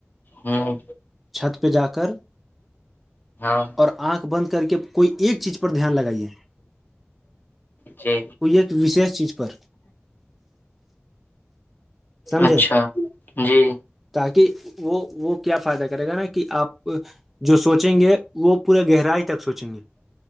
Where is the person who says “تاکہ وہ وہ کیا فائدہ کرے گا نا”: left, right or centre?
Centre